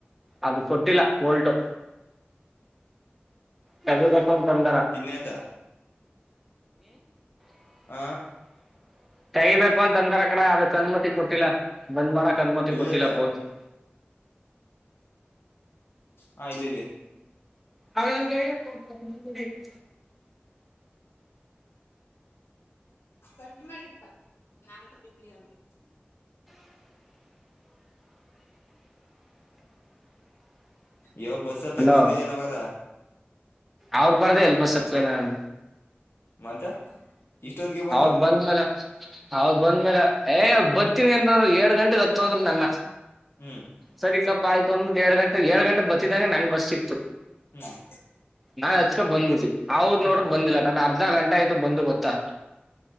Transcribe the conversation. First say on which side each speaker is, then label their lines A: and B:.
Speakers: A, in the centre; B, on the left.
A: ಅದು ಕೂಟ್ಟಿಲ್ಲ ಕೂಲಟ್. ತಗಿಬೇಕು ಅಂತ ತಂದರ ಹ.
B: ಇದ್ನೇತ
A: <inaudible>
B: ಹ
A: ತಗಿಬೇಕು ಅಂತ ಅಂದ್ರ ಕಣ ಅದಕ್ ಅನುಮತಿ ಕೊಟ್ಟಿಲ್ಲ ಬಂದ್ ಮಾಡಕ್ ಅನುಮತಿ
B: ಇಲ್ಲೇತ
A: ಕೊಟ್ಟಿಲ್ಲ <unintelligible> <inaudible>
B: ಹಾ ಇಲ್ಲಿ ಇಲ್ಲಿ‌.
A: ಅ <unintelligible>
B: ಕಟ್ ಮಾಡಿಕ್ಕ ನನ್ <unintelligible>
A: <inaudible> <inaudible>
B: ಯಾವ ಬಸ್ ಹತ್ತಾಗ
A: ಅಲೋ
B: ನಿಂತಿದೆ ನಗರ
A: ಅವ್ರ ಬಾರ್ದ ಎಲ್ ಬಸ್ತ್ಡ ನಾನು
B: ಮಂತ ಇಷ್ಟೊತ್ತಿಗೆ ಬಂದು
A: ಅವದ್ ಬಂದ್ಮೇಲೆ ಅವದ್ ಬಂದ್ಮೇಲೆ ಏ
B: ಹ್ಮ್
A: ಬರ್ತೀನಿ ಅಂತ್ರು ಎ ಗಂಟೆಗೆ ಹತ್ತು ಅಂದ್ರು ನನ್ನ
B: ಹ್ಮ್
A: ಸರಿಕಪ್ಪ ಆಯ್ತು ಅಂದ್ಬಿಟ್ಟು ಎರಡ್ ಗಂಟೆ ಏಡ್ ಗಂಟೆ ಬತ್ತಿದಂ ನಂ ಬಸ್ ಸಿಕ್ತು
B: ಹ್ಮ್
A: ನಾ ಬಂದಬಿತಿ ಅವ್
B: ಹ್ಮ್
A: ನೋಡ್ರ ಬಂದಿಲ್ಲ ನಾನ ಅರ್ಧ ಗಂಟೆ ಆಯ್ತು ಬಂದು ಗೊತ್ತಾ